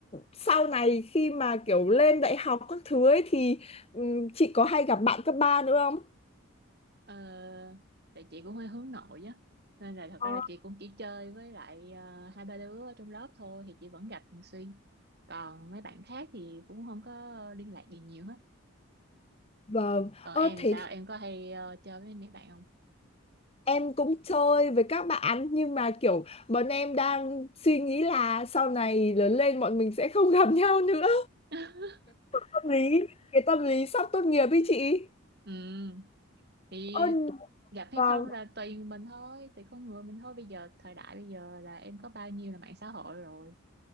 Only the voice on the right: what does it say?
Ờ, tại chị cũng hơi hướng nội á. Nên là thật
ra là chị cũng chỉ chơi với lại ờ, hai ba đứa ở trong lớp thôi thì chị vẫn gặp thường xuyên. Còn mấy bạn khác thì cũng không có liên lạc gì nhiều hết.
Còn
em
thì sao?
Em có hay ờ, chơi với mấy bạn không?
<laughs>
Ừ, thì
gặp hay
không là tùy mình thôi, tùy con người mình thôi. Bây giờ thời đại bây giờ là em có bao nhiêu là mạng xã hội rồi.